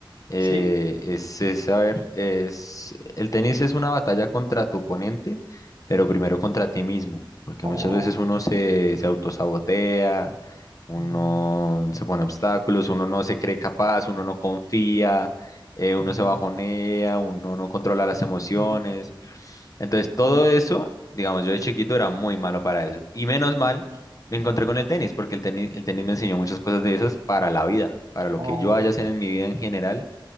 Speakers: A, on the left; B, on the right.
A: Eh,
B: sí,
A: es, es saber, es, el tenis es una batalla contra tu oponente, pero primero contra ti mismo, porque
B: oh,
A: muchas veces uno se, se autosabotea, uno
B: oh,
A: se pone obstáculos, uno no se cree capaz, uno no confía, eh, uno
B: mm,
A: se bajonea, uno no controla las emociones.
B: mm,
A: Entonces, todo
B: oh,
A: eso, digamos, yo de chiquito era muy malo para eso. Y menos mal,
B: oh,
A: me encontré con el tenis, porque el tenis, el tenis me enseñó muchas cosas de esas para la vida, para lo
B: oh,
A: que yo vaya a hacer en mi vida en general,